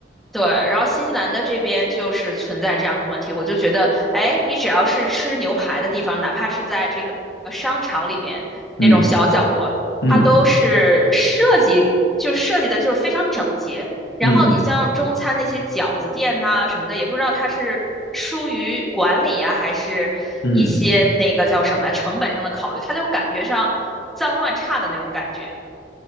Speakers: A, in the centre; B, on the left (about 70°).
A: 对，然后新西兰的这边就是存在这样的问题，我就觉得，哎，你只要是吃牛排的地方，哪怕是在这个呃商场里边那种小角落，
B: 嗯嗯
A: 它都是设计，就是设计的就是非常整洁。然后你像中餐那些饺子店呐、
B: 嗯嗯嗯。
A: 什么的，也不知道它是疏于管理啊，还是一些那个叫什么成本上的考虑，
B: 嗯
A: 它就感觉上脏乱差的那种感觉。